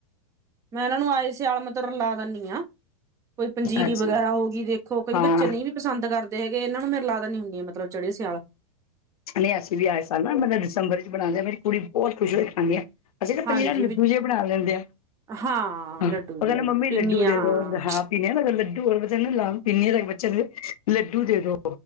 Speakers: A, on the right; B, on the left.
A: ਮੈਂ ਇਹਨਾਂ ਨੂੰ ਆਏ ਸੀ ਆਲਮਤ ਰਲਾ ਦੇਣੀ ਆਂ। ਕੋਈ ਪੰਜੀਰੀ
B: ਅੱਛਾ
A: ਵਗੈਰਾ ਹੋ ਗਈ ਦੇਖੋ, ਕਈ
B: ਹਾਂ
A: ਬੱਚੇ ਨਹੀਂ ਵੀ ਪਸੰਦ ਕਰਦੇ ਹੈਗੇ, ਇਹਨਾਂ ਨੂੰ ਮੇਰੇ ਲਾ ਦੇਨੀ ਹੁੰਣੀ ਆਂ ਮਤਲਬ ਚੜੇ ਸਿਆਲ
B: ਨਈਂ ਅਸੀਂ ਵੀ ਆਏ ਸਾਲ ਨਾਂ ਮਤਲਬ ਦਸੰਬਰ ਚ ਬਣਾਂਦੇ ਹਾਂ, ਮੇਰੀ ਕੁੜੀ ਬਹੁਤ ਖੁਸ਼ ਹੋਈ ਖਾਂਦੀ ਐ। ਅਸੀਂ ਤਾਂ ਪਨੀਰਾਂ
A: ਹਾਂਜੀ
B: ਲੱਡੂ
A: ਵੀ
B: ਜਿਹੇ ਬਣਾ ਲੈਂਦੇ ਆ
A: ਹਾਂ
B: ਉਹ
A: ਲੱਡੂ ਜੀ
B: ਕਹਿੰਦੇ ਮੰਮੀ
A: ਪਿੰਨੀਆਂ
B: ਲੱਡੂ ਦੇ
A: ਹਾਂ
B: ਦੋ ਪੀਨੀ ਨਾ ਲੱਡੂ ਹੋਰ ਬੱਚਾ ਨਾ ਲ ਪੀਨੀ ਤਾਂ ਬੱਚਿਆਂ ਨੂੰ ਲੱਡੂ ਦੇ ਦੋ।